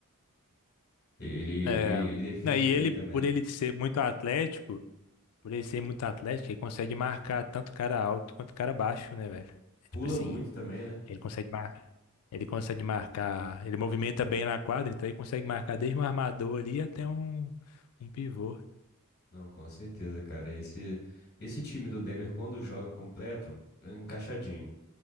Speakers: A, on the left (about 45°); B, on the left (about 80°).
A: Ele, ele, ele,
B: É,
A: ele defende
B: não, e ele,
A: bem também.
B: por ele ser muito atlético. por ele ser muito atlético, ele consegue marcar tanto cara alto quanto cara baixo, né, velho? É Tipo
A: Pula
B: assim,
A: muito também, né?
B: ele consegue marcar, ele consegue marcar, ele movimenta bem na quadra, então ele consegue marcar desde um armador ali até um, um pivô.
A: Não, com certeza, cara. Esse, esse time do Denver, quando joga completo, é encaixadinho.